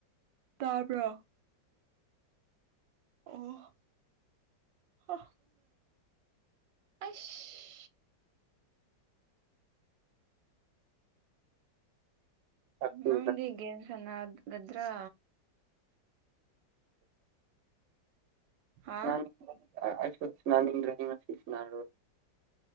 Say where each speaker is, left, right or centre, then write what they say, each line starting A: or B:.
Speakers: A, on the right; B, on the right.
A: ꯇꯥꯕ꯭ꯔꯣ ꯑꯣ ꯑꯣ ꯍ ꯑꯁ
B: ꯑꯗꯨ
A: ꯅꯪꯗꯤ ꯒꯦꯝꯁꯥꯅ ꯒꯗ꯭ꯔꯥ ꯍꯥ
B: ꯅꯪ ꯑꯩꯁꯨ ꯁꯥꯅꯅꯤꯡꯗ꯭ꯔꯥꯗꯤ ꯉꯥꯁꯤ ꯁꯥꯅꯔꯣꯏ